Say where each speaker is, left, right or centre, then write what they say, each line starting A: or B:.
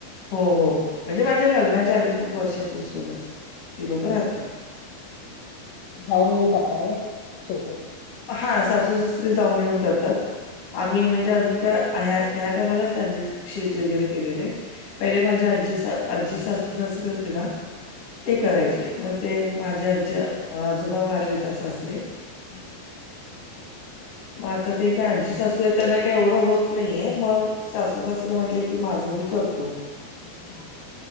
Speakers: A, on the left; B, on the left.
A: हो हो म्हणजे माझ्या लग्नाच्या आधी खूप वर्षापासूनच ती लोक राहतात.
B: जाऊन येऊन करताय र शेतीत.
A: हा सासू सासरी जाऊन येऊन करतात
B: हा
A: आम्ही म्हणजे अजून काय ह्या. या टायमालाच त्यांनी शेत वगैरे केलेले आहे पहिले माझ्या आजीच. आजजी सासू सासरीे होते ना ते करायचे म. ते माझ्या आजी आजोबा मारलेच सासरे.
B: ह.
A: ग आता ते का आजी सासू आहे त्यांना काही एवढं होत नाहीये मग सासू सासू. म्हटय की माझं मी करतो.
B: ह हा ह.